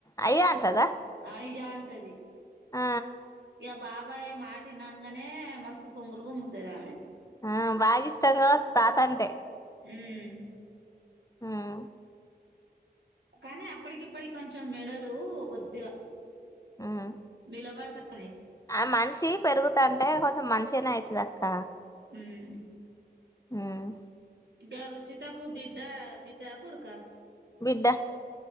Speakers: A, on the left; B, on the right.
A: అయ్య అంటదా
B: అ అయ్య అంటది
A: ఆ
B: ఇంకా బాబాయ్ మాటినాంగానే మస్తు పొంగులు పొంగుతుది ఆమె
A: ఆ బాగా ఇష్టంగా కదా తాత అంటే
B: అమ్
A: ఆమ్
B: కానీ అప్పటికిప్పటి కొంచెం మెడలు కొద్దిగా
A: ఉమ్
B: విలా వారత అరే
A: ఆ మనిషి పెరుగుతంటే కొంచెం మనిషినే అవుతది అక్క
B: అమ్
A: ఆమ్
B: గా రుచితకు బడ్డ బడ్డ కొడుకా
A: బిడ్డ